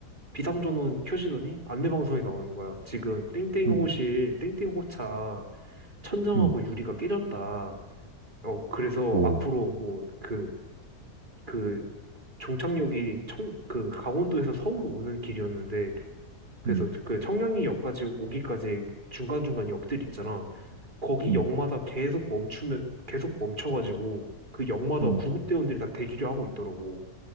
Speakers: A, on the right; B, on the right.
A: 비상전원 켜지더니 안내 방송이 나오는 거야. 지금 땡땡
B: 음,
A: 호실 땡땡 호차 천장하고
B: 음,
A: 유리가 깨졌다. 어, 그래서
B: 오,
A: 앞으로 뭐, 그, 그 종착역이 청, 그 강원도에서 서울로 오는 길이었는데 그래서
B: 음,
A: 그 청량리역까지 오기까지 중간중간 역들 있잖아. 거기
B: 음,
A: 역마다 계속 멈추면 계속 멈춰가지고 그 역마다
B: 음,
A: 구급대원들이 다 대기를 하고 있더라고.